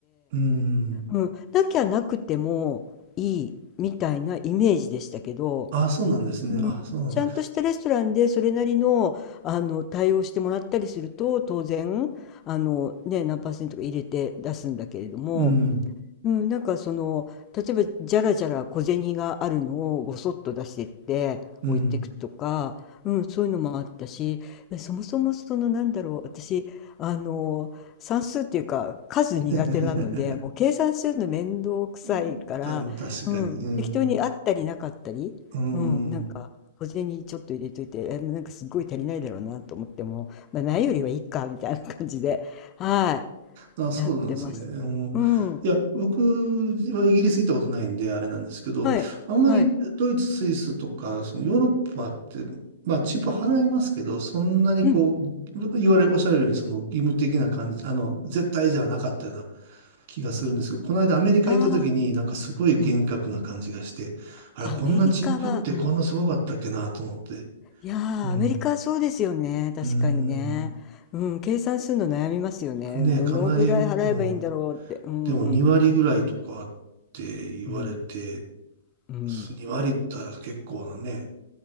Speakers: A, on the right; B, on the left.
A: うん。
B: うん、なきゃなくてもいいみたいなイメージでしたけど、
A: あ、そうなんですね。
B: うん、
A: あ、そう。
B: ちゃんとしたレストランでそれなりの、あの対応してもらったりすると当然あの、ね、何パーセントか入れて出すんだけれども
A: うん、
B: うん、なんかその、例えばじゃらじゃら小銭があるのをごそっと出してって置いていくとか、
A: うん。
B: うん、そういうのもあったし、そもそもそのなんだろう、私、あの、算数っていうか数苦手なので、
A: <laughs>
B: もう計算するの面倒くさいから、
A: うんた確かに。
B: うん、
A: うん。
B: 適当にあったりなかったり、
A: うん。
B: うん、なんか小銭ちょっと入れといて、えなんかすごい足りないだろうなと思っても、まあ、ないよりはいいかみたいな感じで、は
A: あ、そうなんですね。
B: い、やってました。
A: うん。い
B: うん。
A: や、僕はイギリス行ったことないんで、あれなんですけど、
B: はい、
A: あんまりドイツ、
B: はい。
A: スイスとか、そのヨーロッパって、まあ、チップ払いますけど、そんなにこう、
B: うん。
A: 言われ、おっしゃられるように、その義務的な感じ、あの、絶対じゃなかったような気がするんですけど、この間アメリカ行った時になんかすごい厳格な感じがして、
B: ああ、うん。
A: あれ、
B: アメリカは、
A: こんなチップってこんなすごかったっけなと思って。
B: うん。いやー、
A: うん。
B: アメリカはそうですよね。確かにね。
A: うーん。
B: うん、計算するの悩みますよね。
A: ねえ、
B: どのぐらい払えばいいんだろうって。
A: かなり、うん。
B: うん。
A: でも2割ぐらいとかって言われて、
B: うん。うん。
A: 2割ったら結構なね、